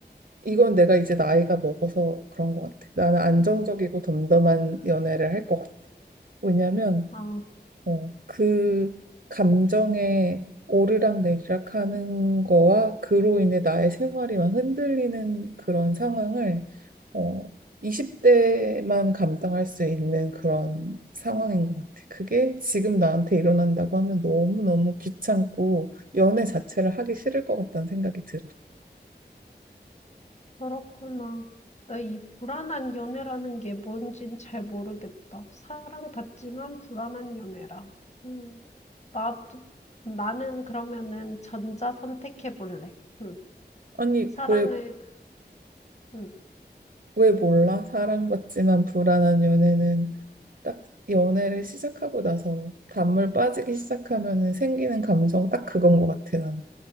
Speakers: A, on the right; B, on the left.
A: 이건 내가 이제 나이가 먹어서 그런 것 같아. 나는 안정적이고 덤덤한 연애를 할 것 같아. 왜냐면,
B: 아,
A: 어, 그 감정에 오르락 내리락 하는 거와 그로 인해 나의 생활이 막 흔들리는 그런 상황을 어, 20대만 감당할 수 있는 그런 상황인 것 같아. 그게 지금 나한테 일어난다고 하면 너무너무 귀찮고 연애 자체를 하기 싫을 것 같다는 생각이 들어.
B: 그렇구나. 나 이 불안한 연애라는 게 뭔진 잘 모르겠다. 사랑받지만 불안한 연애라. 음. 나도, 나는 그러면은 전자 선택해 볼래. 응.
A: 아니,
B: 사랑을,
A: 왜,
B: 응.
A: 왜 몰라? 사랑받지만 불안한 연애는 딱 연애를 시작하고 나서 단물 빠지기 시작하면 생기는 감정 딱 그건 것 같아 나는.